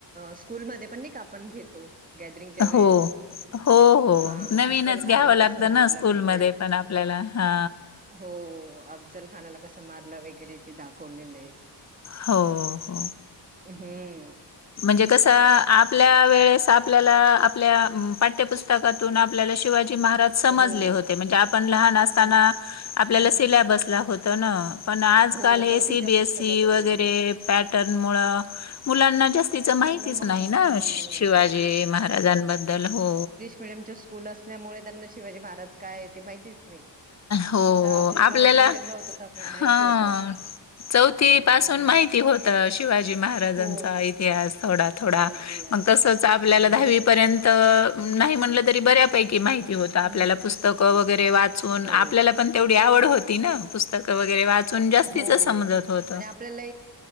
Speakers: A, on the right (about 20°); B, on the left (about 40°).
A: स्कूल मध्येपण नायका. आपण घेतो गॅदरिंगच्या वेळेस
B: हो. हो हो
A: हां,
B: नवीनच
A: अफजल खानाला
B: घ्यावं लागतं
A: कसं मारलं
B: ना स्कूलमध्ये
A: वगैरे.
B: पण आपल्याला हा
A: हो अफजल खानाला कसं मारलं वगैरे ते दाखवलेलं आहे
B: हो हो
A: हम्म
B: म्हणजे कसं आपल्या वेळेस आप आपल्याला आपल्या पाठ्यपुस्तकातून आपल्याला शिवाजी महाराज. समजले
A: हो.
B: होते म्हणजे आपण लाहान असताना
A: पण
B: आपल्याला
A: पण
B: सिल्याबसला होतंन. पण आजकाल
A: हो,
B: हे, सीबीएसई
A: पुस्तकात होतं
B: वगैरे
A: ते.
B: पॅटर्न मुळ. मुलांना जास्तीच माहितीच
A: त्यांना माहीत
B: नाही ना
A: नाही.
B: शिवाजी महाराजांबद्दल हो
A: डमच्या स्कूल असल्यामुळे त्यांना शिवाजी महाराज काय आहे ते माहितीच नाही
B: हो
A: आता आपल्या मराठी
B: आपल्याला
A: मिीडियम ला होत तर आपल्याला माहिती
B: हा
A: होतं
B: चौथी
A: त्याच्यामुळे
B: पासून माहिती होत शिवाजी महाराजांचा
A: हो
B: इतिहास थोडा थोडा
A: इतिहास
B: मग तसच आपल्याला
A: तर
B: दहावी
A: म
B: नाही म्हटलं तरी बऱ्यापैकी माहिती होत आपल्याला
A: म
B: पुस्तक वगैरे वाचून
A: हो
B: आपल्याला पण तेवढी आवड होती ना पुस्तक वगरे वाचून जास्तीच
A: हो
B: समजत होत
A: आणि आपल्याला